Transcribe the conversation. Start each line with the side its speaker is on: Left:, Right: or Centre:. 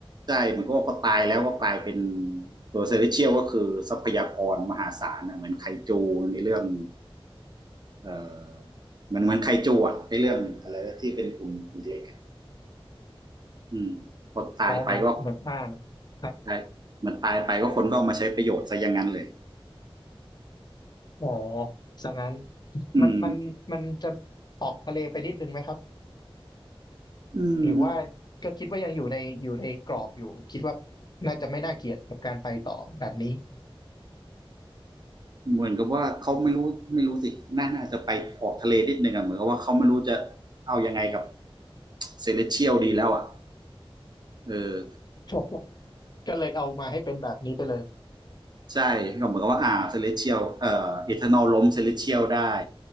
Right: ใช่เหมือนก็พอตายแล้วก็กลายเป็นตัวเซเลสเชียลก็คือทรัพยากรมหาศาลนะเหมือนไคจูในเรื่องเอ่อเหมือนเหมือนไคจูอะในเรื่องอะไรที่เป็นกลุ่มคุเล็กอะอืมพอตายไปก็
Left: อ๋อเหมือนเหมือนอ่านครับ
Right: ได้เหมันตายไปก็คนก็เอามาใช้ประโยชน์ซะอย่างนั้นเลย
Left: อ๋อสังนั้น
Right: อืม
Left: มันมันมันจะออกทะเลไปนิดนึงไหมครับ
Right: อืม
Left: หรือว่าก็คิดว่ายังอยู่ในอยู่ในกรอบอยู่คิดว่าน่าจะไม่น่าเกลียดกับการไปต่อแบบนี้
Right: เหมือนกับว่าเขาไม่รู้ไม่รู้สิน่าน่าจะไปออกทะเลนิดนึงอะเหมือนกับว่าเขาไม่รู้จะเอายังไงกับเซเลสเชียลดีแล้วอะเออ
Left: <laughs> ก็เลยเอามาให้เป็นแบบนี้ไปเลย
Right: ใช่ก็เหมือนกับว่าอ่าเซเลเชียลเอ่อเอทานอลล้มเซเลเชียลได้